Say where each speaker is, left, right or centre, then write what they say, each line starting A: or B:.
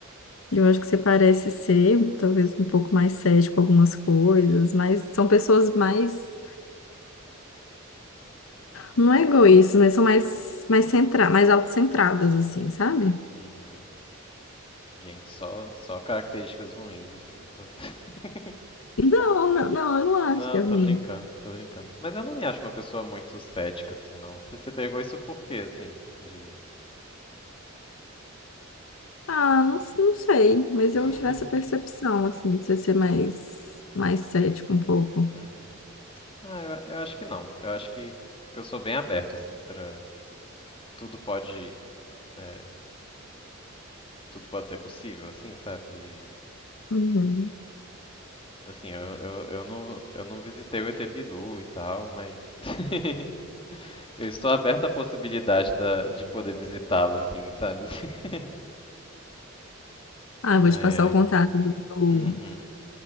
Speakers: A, on the left (about 70°); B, on the left (about 25°).
A: Eu acho que você parece ser, talvez, um pouco mais cético com algumas coisas, mas são pessoas mais. Não é egoístas, mas são mais, mais, centra... mais autocentradas, assim, sabe?
B: Uhum. Gente, só, só características ruins, assim. Tô... <laughs>
A: Não, não, não, eu não acho
B: não,
A: que é
B: tô
A: ruim.
B: brincando, tô brincando. Mas eu não me acho uma pessoa muito cética, assim, não. Você, você pegou isso por quê, assim? De...
A: Ah, não, s- não sei, mas
B: <laughs>
A: eu tive essa percepção, assim, de você ser mais, mais cético um pouco.
B: Uhum. Ah, eu, eu acho que não. Eu acho que, que eu sou bem aberto, assim, pra... Tudo pode... é, tudo pode ser possível, assim, sabe? E,
A: Uhum.
B: assim, eu, eu, eu não, eu não visitei o ET Bilu e tal, mas... <laughs> Eu estou aberta à possibilidade da, de poder visitá-lo, assim, sabe? <laughs>
A: Ah, eu
B: Ai,
A: vou te passar
B: ai.
A: o contato do meu,
B: Uhum,